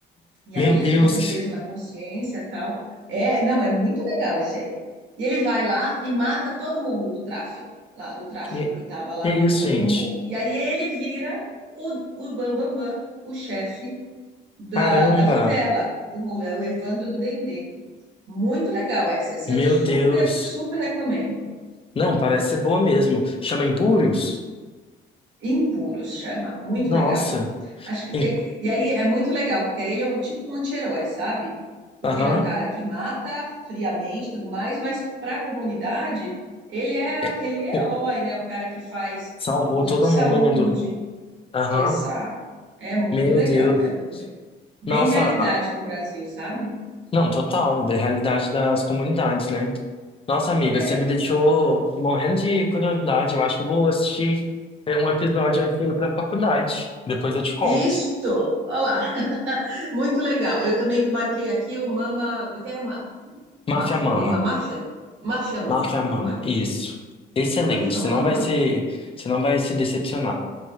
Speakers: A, on the right; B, on the left.
A: E
B: Meu
A: aí ele
B: Deus,
A: fica com
B: que,
A: peso na consciência e tal. É, não, é muito legal esse aí. E ele vai lá e mata todo mundo do tráfico, lá do tráfico
B: que
A: que estava lá
B: que é isso,
A: no,
B: gente?
A: no morro. E aí ele vira o, o Bam Bam Bam, o chefe da,
B: Caramba!
A: da favela, do morro, é o Evandro do Dendê. Muito legal essa, essa
B: Meu
A: eu super,
B: Deus!
A: super recomendo.
B: Não, parece ser boa mesmo. Chama Impúrios?
A: Impuros chama, muito
B: Nossa!
A: legal. Acho que
B: Em-
A: tem. E aí é muito legal, porque aí ele é um- tipo um anti-herói, sabe? Porque
B: Aham.
A: ele é o cara que mata friamente e tudo mais, mas para a comunidade, ele é aquele
B: É,
A: herói,
B: O-
A: né? O cara que faz
B: Salvou
A: o posto
B: todo
A: de saúde.
B: mundo. Aham.
A: Exato. É muito
B: Meu
A: legal,
B: Deus.
A: é muito legal. Bem
B: Nossa,
A: realidade do Brasil, sabe?
B: Não, total, da realidade das comunidades, né? Nossa, amiga,
A: É.
B: você me deixou morrendo de curiosidade. Eu acho que eu vou assistir é, um episódio antes de ir pra faculdade. Depois eu te conto.
A: Isso, olha lá. <laughs> Muito legal. Eu também marquei aqui o Mama. Como é que é? Ma-
B: Máfia
A: Maf-
B: Mama.
A: Mama Máfia? Máfia Mama.
B: Máfia Mama,
A: Vou marcar
B: isso.
A: aqui.
B: Excelente.
A: Máfia
B: Você
A: Mama.
B: não vai se, você não vai se decepcionar.